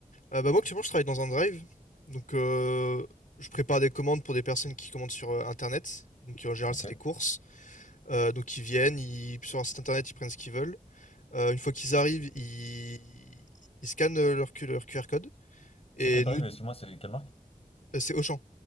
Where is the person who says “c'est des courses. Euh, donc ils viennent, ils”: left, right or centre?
Left